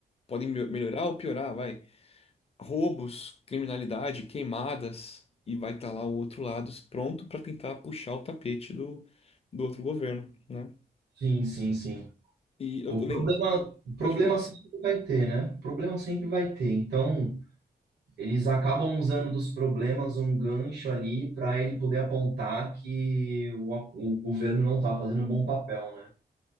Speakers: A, on the left; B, on the right.
A: Podem me- melhorar ou piorar, vai. Roubos, criminalidade, queimadas, e vai estar lá o outro lado pronto para tentar puxar o tapete do, do outro governo, né?
B: Sim, sim, sim.
A: E
B: O
A: eu, eu
B: problema,
A: lembro.
B: o problema
A: Pode falar.
B: sempre vai ter, né? O problema sempre vai ter. Então, eles acabam usando dos problemas um gancho ali para ele poder apontar que o, o governo não está fazendo um bom papel, né?